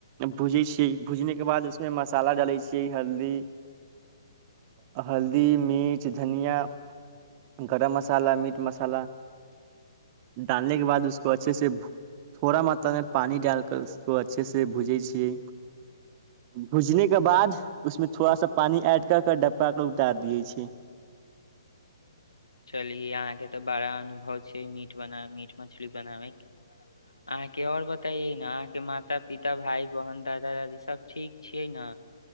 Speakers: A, on the right; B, on the left.
A: भूजै छियै भूजने के बाद उसमे मसाला डाले छियै हल्दी हल्दी मिर्च धनिया गरम मसाला मीट मसाला डालने के बाद उको अच्छे से थोड़ा मात्रामे पानी डाल कर उसको अच्छे इसलिए भुजै छियै भुजने के बाद उसमे थोड़ा सा पानी एड कर डब्बा उतार दिय छै
B: चली अहाँके तऽ बड़ा अनुभव छै मीट मीट बनाबैकें बना मीट मछली बनाबैकें अहाँके ओर बताइै ने अहाँके माता पिता भाई बहिन दादा दादी सब ठीक छियै ने